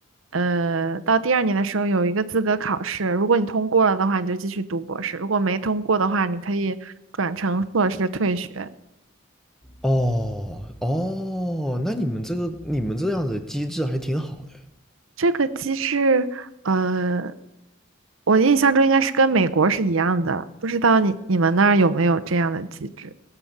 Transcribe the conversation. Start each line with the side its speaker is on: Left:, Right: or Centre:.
Right: 呃，到第二年的时候有一个资格考试，如果你通过了的话，你就继续读博士；如果没通过的话，你可以转成硕士退学。
Centre: 哦哦，那你们这个你们这样子机制还挺好的。
Right: 这个机制，呃，我印象中应该是跟美国是一样的，不知道你你们那儿有没有这样的机制？